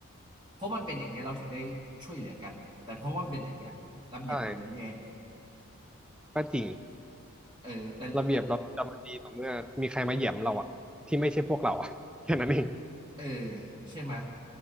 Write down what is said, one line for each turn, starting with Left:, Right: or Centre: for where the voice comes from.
Right: เพราะมันเป็นอย่างเงี้ยเราถึงได้ช่วยเหลือกันแต่เพราะว่ามันเป็นอย่างเงี้ยระเบียบเราเลยแย่
Centre: ใช่ก็จริง
Right: เออแต่แต่
Centre: ระเบียบเราจะมาดีต่อเมื่อมีใครมาเหยียบเราอะที่ไม่ใช่พวกเราอะ <laughs> แค่นั้นเอง
Right: เออใช่ไหมย